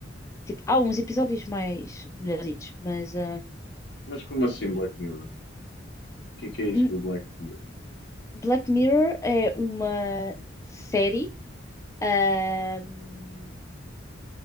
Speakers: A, on the left; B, on the left.
A: Tipo, há uns episódios mais melhorzitos, mas hum,
B: Mas como assim Black Mirror? O que é que é isto
A: L-
B: do Black Mirror?
A: Black Mirror é uma série hum,